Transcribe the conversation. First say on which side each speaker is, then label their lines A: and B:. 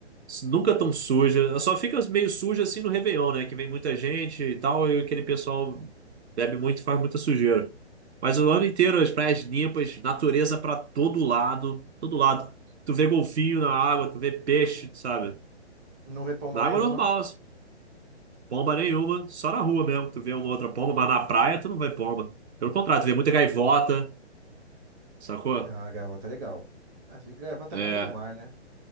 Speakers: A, on the right; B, on the right.
A: Nunca tão suja. Só fica meio suja assim no Réveillon, né? Que vem muita gente e tal, e aquele pessoal bebe muito e faz muita sujeira. Mas o ano inteiro as praias limpas, natureza pra todo lado, todo lado. Tu vê golfinho na água, tu vê peixe, sabe?
B: não vê pomba
A: Na
B: nenhuma,
A: água normal, assim. Pomba nenhuma, só na rua mesmo. Tu vê uma outra pomba, mas na praia tu não vê pomba. Pelo contrário, tu vê muita gaivota, sacou?
B: ah, a gaivota é legal. Ah, se gaivota
A: É.
B: é pomba do mar, né?